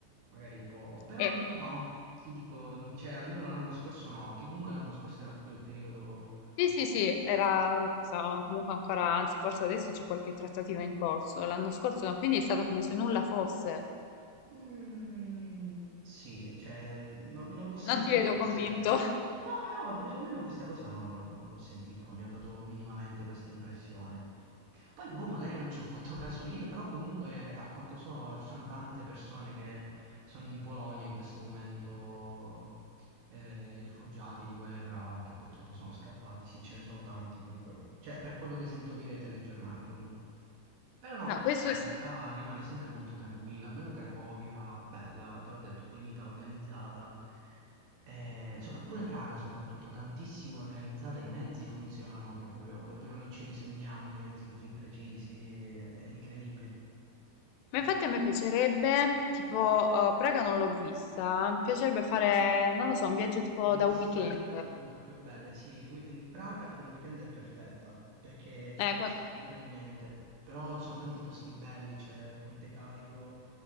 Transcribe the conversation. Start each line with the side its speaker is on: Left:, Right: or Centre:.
Right: Magari può... Però
Left: eh,
Right: no, ti dico, cioè, almeno l'anno scorso no, che comunque l'anno scorso era proprio il periodo
Left: sì, sì, sì, era, so, comunque ancora, anzi, forse adesso c'è qualche trattativa in corso. L'anno scorso, no, quindi è stato come se nulla fosse.
Right: Mm, sì, cioè, non, non l'ho sentita
Left: Non ti vedo
Right: questa
Left: convinto.
Right: cosa. No, no, perlomeno questa cosa no, non, non l'ho sentita, non mi ha dato minimamente questa impressione. Poi, boh, magari non ci ho fatto caso io, però comunque, a quanto so, ci sono tante persone che sono in Polonia in questo momento, eh, rifugiati di guerra o che purtroppo sono scappati. Sì, ce ne sono tanti comunque. Cioè, per quello che sento dire ai telegiornali, comunque. Però no,
Left: No,
Right: comunque
Left: questo
Right: la
Left: sì.
Right: città rimane sempre molto tranquilla, almeno Cracovia, bella, te l'ho detto, pulita, organizzata. Eh, sopra- pure Praga soprattutto, tantissimo organizzata, i mezzi funzionano, che proprio davvero noi ce li sogniamo, dei mezzi così precisi, è incredibile.
Left: Ma
Right: Precisi.
Left: infatti a me piacerebbe, tipo, eh, Praga non l'ho vista, mi piacerebbe fare, non lo so, un viaggio tipo
Right: Bellissima,
Left: da weekend.
Right: io ti dico proprio bella, sì, wi- in Praga per un weekend è perfetta, perché te
Left: Eh,
Right: la
Left: qua-
Right: visiti davvero in niente, però ci sono tanti posti belli, c'è Ponte Carlo,